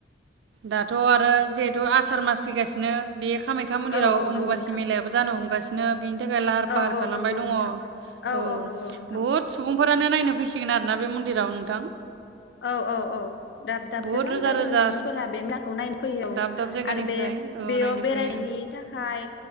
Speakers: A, on the right; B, on the left.
A: दाथ आरो जिहेथु आसार मास फैगासिनो। बे कामाख्या मन्दिराव
B: औ औ
A: अम्बुबासि
B: नंगौ नोंथां
A: मेलायाबो जानो हमगासिनो बिनि थाखाय लाहार फाहार
B: औ औ
A: खालामबाय
B: नंगौ
A: दङ
B: नोंथां
A: औ
B: औ नंगौ नोंथां
A: बहुद सुबुं फोरानो नायनो फैसिगोन आरोना बे मन्दिराव नोंथां
B: औ औ औ दाब दाब
A: बहुद
B: गोजान
A: रोजा
B: जायगानि
A: रोजा
B: सुबुं फोरा बे मेलाखौ नायनो फैयो औ
A: दाब दाब जायगानिफ्राय
B: आरो बे
A: औ
B: बेयाव
A: नायनो फैयो
B: बेरायनायनि थाखाय